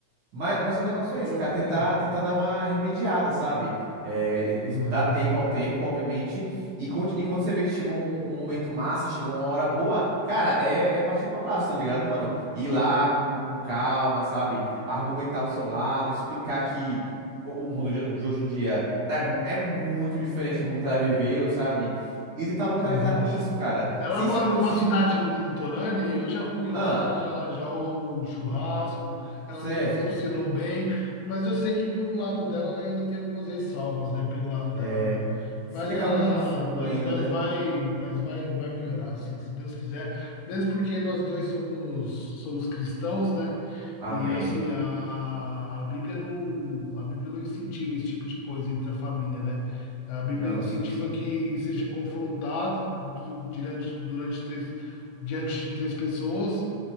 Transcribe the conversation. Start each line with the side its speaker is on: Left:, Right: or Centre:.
Right: Mas, mas o negócio
Left: Mas
Right: é esse, cara,
Left: Eu vou
Right: tentar,
Left: ver.
Right: tentar dar uma remediada, sabe? É, e- e
Left: Aham,
Right: dar tempo ao tempo, obviamente. E, quando- e quando você vê que chegou um, um momento massa, chegou uma hora boa, cara, é, é partir pra baixo, tá ligado, mano? Ir lá com, com calma, sabe? Argumentar o seu lado, explicar que o o mundo de, de hoje em dia é, é muito diferente do mundo que ela viveu, sabe? E tentar localizar
Left: aham.
Right: nisso, cara.
Left: Ela
Right: Sem
Left: mora
Right: ser uma coisa
Left: numa
Right: assim,
Left: cidade lu- litorânea e eu já fui
Right: ah,
Left: lá, já, já rolou um churrasco, ela
Right: certo.
Left: me recepcionou bem, mas eu sei que por um lado dela ela ainda tem algumas ressalvas, né, pelo lado
Right: É,
Left: dela, né?
Right: fica
Left: Mas
Right: aquela
Left: ela,
Right: coisa no fundo
Left: mas,
Right: ainda,
Left: mas
Right: né?
Left: vai, mas vai, vai melhorar, assim, se Deus quiser, mesmo porque nós dois somos, somos cristãos, né?
Right: Amém.
Left: E assim, a, a Bíblia não, a Bíblia não incentiva esse tipo de coisa entre a família, né? A Bíblia
Right: Não,
Left: incentiva
Right: sim, sim.
Left: que seja confrontado du- durante, durante três, diante de três pessoas